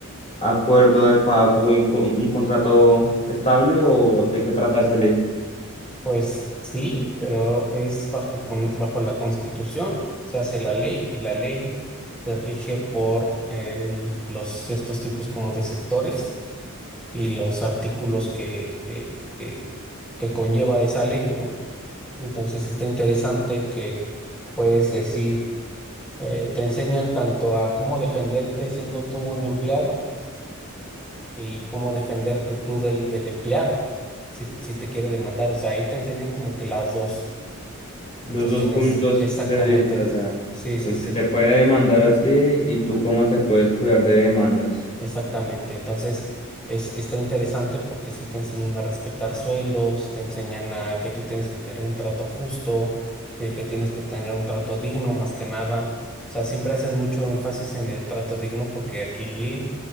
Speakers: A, on the left; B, in the centre.
A: acuerdo de pago y un, co- un contrato estable, o de qué trata esa ley.
B: Pues sí, pero es bajo, con, bajo la Constitución, se hace la ley y la ley se rige por eh, los ciertos tipos como de sectores y los artículos que, que, que, que conlleva esa ley, ¿no? Entonces sí está interesante que puedes decir, eh, te enseñan tanto a cómo defenderte siendo tú un empleado y cómo defenderte tú del, del empleado, si, si te quiere demandar. O sea, ahí te enseñan como que las dos.
A: Los
B: Entonces
A: dos
B: tienes
A: puntos
B: exactamente.
A: de vista, o sea,
B: Sí, sí,
A: el
B: sí.
A: que te puede demandar a ti y tú cómo te puedes cuidar de demandas.
B: Exactamente, entonces es, está interesante porque sí te enseñan a respetar sueldos, te enseñan a que tú tienes que tener un trato justo, de que tienes que tener un trato digno más que nada. O sea, siempre hacen mucho énfasis en el trato digno porque aquí,